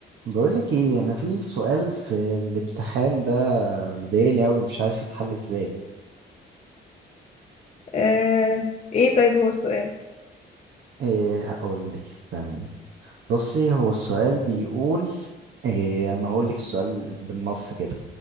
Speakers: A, on the right (about 70°); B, on the left (about 35°).
A: بقولك ايه انا في سؤال في الامتحان ده مضايقني اوي مش عارف يتحل ازاي
B: آه، ايه طيب هو السؤال
A: إيه هقولك استني بصي هو السؤال بيقول إيه انا هقولك السؤال بالنص كده